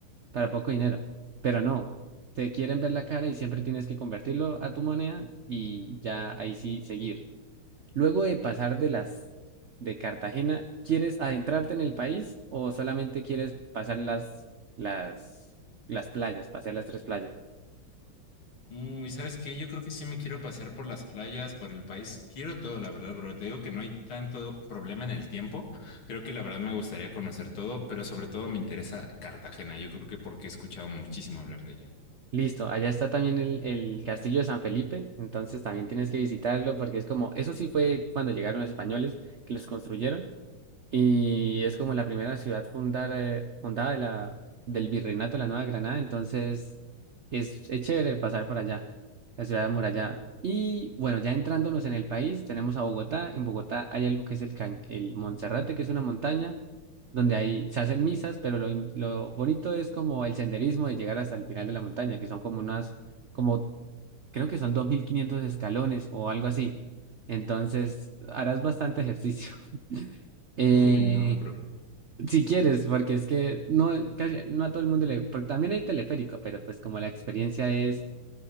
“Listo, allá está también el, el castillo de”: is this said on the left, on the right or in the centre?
Right